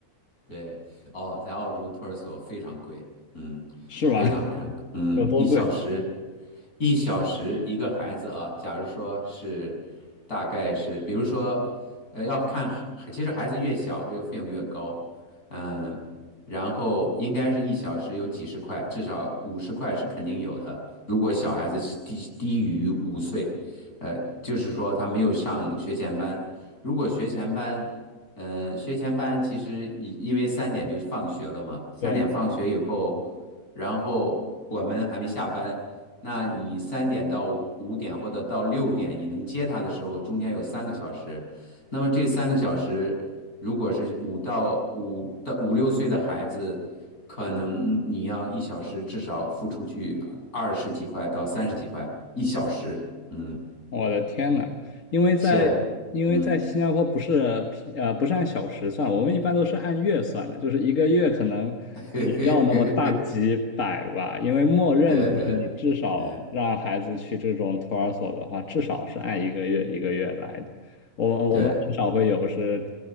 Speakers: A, on the left; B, on the left.
A: 对，哦，在澳洲托儿所非常贵，嗯，
B: 是吗？
A: 非常非常贵，
B: <laughs>
A: 嗯，
B: 有多贵？
A: 一小时，一小时一个孩子啊，假如说是，大概是，比如说，呃，要看，其实孩子越小，这个费用越高，嗯，然后应该是一小时有几十块，至少五十块是肯定有的。如果小孩子是低低于五岁，呃，就是说他没有上学前班，如果学前班，嗯、学前班其实以因为三点就放学了嘛，三点放学以后，
B: 对。
A: 然后我们还没下班。那你三点到五点或者到六点，你能接他的时候，中间有三个小时。那么这三个小时，如果是五到五到五六岁的孩子，可能你要一小时至少付出去二十几块到三十几块一小时。嗯，
B: 我的天呐，因为在因为在新加坡不是平呃不是按小时算，
A: 是，嗯，
B: 我们一般都是按月算的，就是一个月可能也要那么大几百吧，
A: <laughs>
B: 因为默认就是你至少让孩子去这种托儿所的话，
A: 对对，嗯
B: 至少是按一个月一个月来的。我我们很少会有是
A: 对。